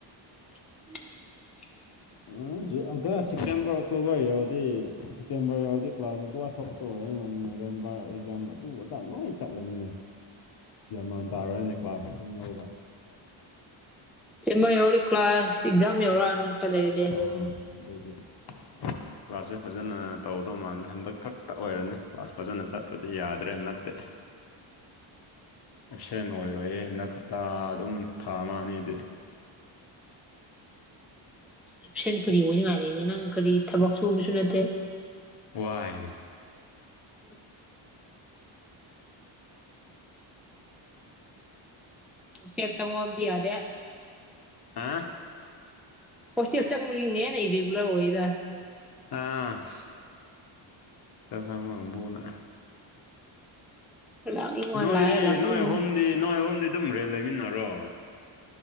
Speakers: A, in the centre; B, on the left.
A: <inaudible>
B: ꯑꯥ ꯖꯨ ꯑꯒꯁ ꯁꯦꯞꯇꯦꯝꯕꯔ ꯑꯣꯛꯇꯣꯕꯔ ꯌꯧꯔꯗꯤ ꯁꯦꯞꯇꯦꯝꯕꯔ ꯌꯧꯔꯗꯤ ꯀ꯭ꯂꯥꯁ ꯑꯗꯨꯋꯥꯢꯐꯥꯎ ꯗꯨ ꯑꯣꯢꯔꯒ ꯅꯣꯕꯦꯝꯕꯔ ꯑꯦꯛꯖꯥꯝ ꯑꯗꯨ ꯑꯗ ꯅꯣꯏ ꯆꯠꯂꯅꯤꯅꯦ ꯒ꯭ꯌꯥꯟ ꯃꯥꯟ ꯇꯥꯔꯣꯏꯅꯦ ꯀ꯭ꯂꯥꯁ ꯑꯗꯨꯝ ꯂꯧꯕ
A: ꯗꯤꯁꯦꯝꯃꯔ ꯌꯧꯔꯗꯥ ꯀ꯭ꯂꯥꯁ ꯑꯦꯛꯖꯥꯝ ꯌꯧꯔꯛꯑꯅꯤ ꯈꯥ ꯂꯩꯔꯗꯤ
B: ꯑꯣ ꯑꯗꯨꯒꯤ
A: <inaudible>
B: ꯀ꯭ꯂꯥꯁꯁꯦ ꯐꯖꯅ ꯇꯧꯗꯧ ꯃꯥꯟꯗꯦ ꯍꯟꯗꯛ ꯈꯛꯇ ꯑꯣꯏꯔꯅꯤ ꯀ꯭ꯂꯥꯁ ꯐꯖꯅ ꯆꯠꯇ꯭ꯔꯗꯤ ꯌꯥꯗ꯭ꯔꯦ ꯍꯟꯗꯛꯇꯤ
A: <inaudible>
B: ꯑꯦꯞꯁꯦꯟ ꯑꯣꯏꯔꯣꯏꯌꯦ ꯍꯟꯗꯛ ꯍꯞꯇꯥ ꯑꯗꯨꯝ ꯊꯥ ꯑꯃ ꯑꯅꯤꯗꯤ
A: ꯑꯦꯞꯁꯦꯟ ꯀꯔꯤ ꯑꯣꯏꯅꯉꯥꯏ ꯂꯩꯒꯦ ꯅꯪ ꯀꯔꯤ ꯊꯕꯛ ꯁꯨꯕꯁꯨ ꯅꯠꯇꯦ
B: ꯋꯥꯏꯅꯦ
A: <inaudible> ꯍꯣꯁꯇꯦꯜ ꯆꯪꯉꯣ ꯍꯥꯢꯕꯗꯤ ꯌꯥꯗꯦ
B: ꯍꯥꯥ
A: ꯍꯣꯁꯇꯦꯜ ꯆꯪꯕꯁꯤꯅ ꯍꯦꯟꯅ ꯏꯔꯤꯒꯨꯂꯔ ꯑꯣꯌꯦꯗ
B: ꯑꯥꯁ ꯍꯣꯁꯇꯦꯜ ꯆꯪꯕꯥ ꯀꯥꯡꯕꯨꯅ
A: ꯂꯥꯛꯅꯤꯡꯉꯣ
B: ꯅꯣꯏꯗꯤ
A: ꯂꯥꯛꯑꯦ ꯂꯥꯛꯅꯤꯡꯉꯣ
B: ꯅꯣꯏ ꯑꯍꯨꯝꯗꯤ ꯅꯣꯏ ꯑꯍꯨꯝꯗꯤ ꯑꯗꯨꯝ ꯔꯦꯟ ꯂꯩꯃꯤꯟꯅꯔꯣ